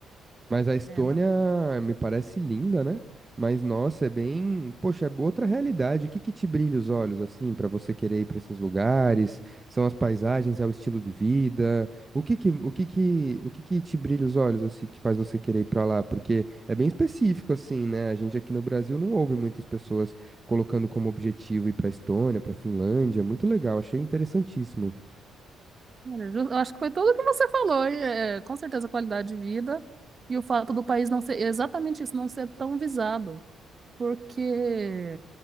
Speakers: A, on the right (about 20°); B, on the right (about 35°).
A: Mas a Estônia
B: É, não.
A: me parece linda, né? Mas nossa, é bem, poxa, é outra realidade. O que que te brilha os olhos assim pra você querer ir pra esses lugares? São as paisagens, é o estilo de vida? O que que, o que que, o que que te brilha os olhos assim que faz você querer ir pra lá? Porque é bem específico assim, né? A gente aqui no Brasil não ouve muitas pessoas colocando como objetivo ir pra Estônia, pra Finlândia. Muito legal, achei interessantíssimo.
B: Olha, Eu eu acho que foi tudo o que você falou, e, é, com certeza a qualidade de vida e o fato do país não ser exatamente isso, não ser tão visado. Porque